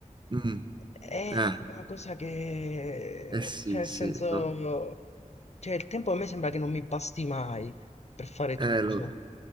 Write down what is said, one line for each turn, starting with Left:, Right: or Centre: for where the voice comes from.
Right: Mm,
Left: è
Right: eh,
Left: una cosa che,
Right: eh sì,
Left: cioè, nel
Right: sì,
Left: senso,
Right: lo-
Left: cioè, il tempo a me sembra che non mi basti mai per fare tutto.
Right: eh, lo-